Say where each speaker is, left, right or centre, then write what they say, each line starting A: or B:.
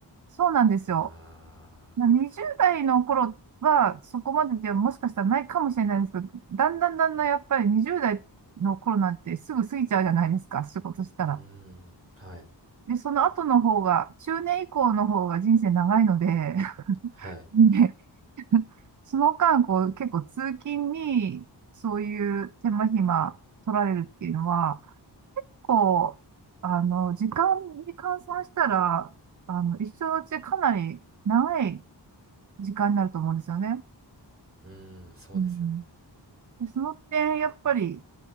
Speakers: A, on the right (about 45°); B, on the right (about 30°).
A: そうなんですよ。
B: あ
A: な20代の頃はそこまでではもしかしたらないかもしれないんですけど、だんだんだんだんやっぱり20代の頃なんてすぐ過ぎちゃうじゃないですか。仕事したら。
B: ー、うーん、はい、
A: で、その後の方が、中年以降の方が人生長いので、
B: はい、
A: <laughs> でその間、こう、結構通勤に、そういう手間暇取られるっていうのは、こう、あの、時間に換算したら、あの、一生のうちかなり長い時間になると思うんですよね。
B: うーん、そうですよね。
A: うん、で、その点、やっぱり、